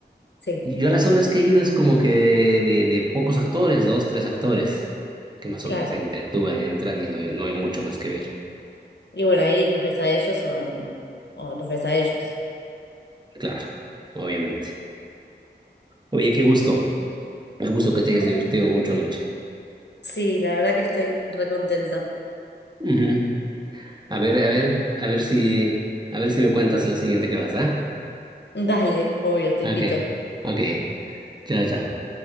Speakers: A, on the left; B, on the right.
A: Sí,
B: Y Yo a las obras que he ido es como que de, de, de pocos actores, dos, tres actores, que más
A: claro.
B: o menos se interactúan, entran y no hay, no hay mucho más que ver.
A: Y bueno, ahí los ves a ellos son, o los ves a ellos.
B: Claro, obviamente. Oye, qué gusto. Me gusto que te
A: Bueno,
B: hayas divertido mucho anoche.
A: Sí, la verdad que estoy recontenta.
B: Ujú. A ver, a ver, a ver si, a ver si me cuentas la siguiente que vas, ¿ah?
A: Dale, obvio, te
B: Ok,
A: invito.
B: ok. Chao, chao.